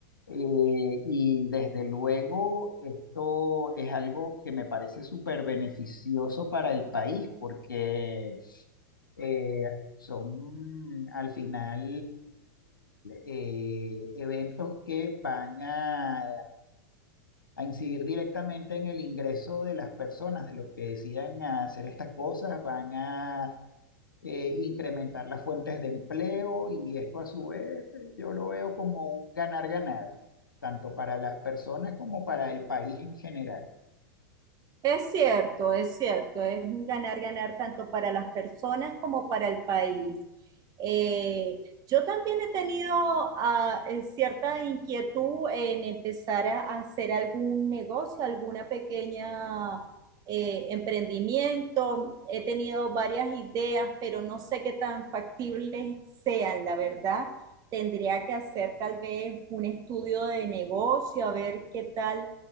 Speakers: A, on the left; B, on the right.
A: Eh, y desde luego esto es algo que me parece súper beneficioso para el país porque eh, son al final eh, eventos que van a a incidir directamente en el ingreso de las personas, de los que decidan hacer estas cosas, van a eh, incrementar las fuentes de empleo y esto a su vez eh, yo lo veo como un ganar-ganar, tanto para las personas como para el país en general.
B: Es cierto, es cierto, es un ganar-ganar tanto para las personas como para el país. Eh, yo también he tenido ah, eh, cierta inquietud en empezar a hacer algún negocio, alguna pequeña eh, emprendimiento. He tenido varias ideas, pero no sé qué tan factibles sean, la verdad. Tendría que hacer tal vez un estudio de negocio, a ver qué tal